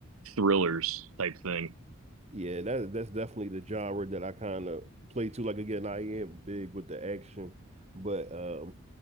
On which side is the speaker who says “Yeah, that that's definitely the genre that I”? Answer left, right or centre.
Right